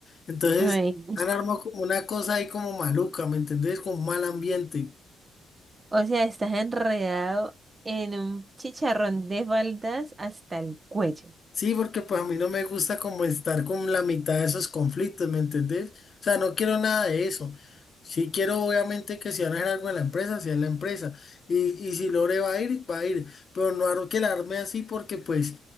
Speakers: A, on the left; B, on the right.
A: Entonces
B: Ay.
A: han armado como una cosa ahí como maluca, ¿me entendés? Con mal ambiente.
B: O sea, estás enredado en un chicharrón de faldas hasta el cuello.
A: Sí, porque pues a mí no me gusta como estar con la mitad de esos conflictos, ¿me entendés? O sea, no quiero nada de eso. Sí quiero obviamente que si van a hacer algo en la empresa, sea en la empresa. Y, y si Lore va a ir, va a ir. Pero no quiero quedarme así porque pues